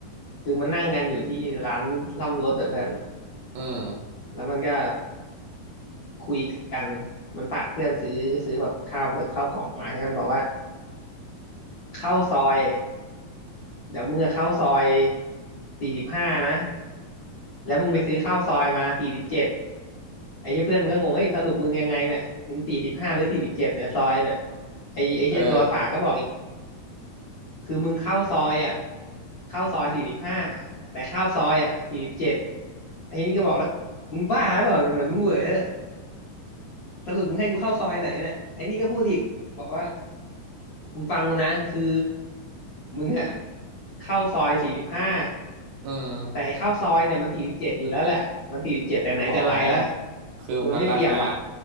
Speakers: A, on the left; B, on the right.
A: คือมันนั่งกันอยู่ที่ร้านซ่อมรถแต่เพื่อน
B: อืม
A: แล้วมันก็คุยกันมันฝากเพื่อนซื้อซื้อแบบข้าวข้าวกล่องมาใช่ไหมมันบอกว่าเข้าซอยเดี๋ยวมึงอะเข้าซอยสี่สิบห้านะแล้วมึงไปซื้อข้าวซอยมาสี่สิบเจ็ดไอ้เหี้ยเพื่อนมันก็งงเอ้ยสรุปมึงยังไงเนี่ยมึงสี่สิบห้าหรือสี่สิบเจ็ดเนี่ยซอยเนี่ยไอ้ไอ้เหี้ยตัวฝากก็บอกอีก
B: เออ
A: คือมึงเข้าซอยอ่ะเข้าซอยสี่สิบห้าแต่เข้าซอยอ่ะสี่สิบเจ็ดไอ้นี่ก็บอกแล้วมึงบ้าหรือเปล่าเนี่ยเหมือนมึงเหวอสรุปมึงให้กูเข้าซอยไหนเนี่ยไอ้นี่ก็พูดอีกบอกว่ามึงฟังกูนะคือมึงอ่ะเข้าซอยสี่สิบห้า
B: อืม
A: แต่ไอ้เข้าซอยเนี่ยมันสี่สิบเจ็ดอยู่แล้วแหละมันสี่สิบเจ็ดแต่ไหนแต่ไรแล้ว
B: อ๋อคือมันราคา
A: คือมันไม่เปลี่ยนหรอก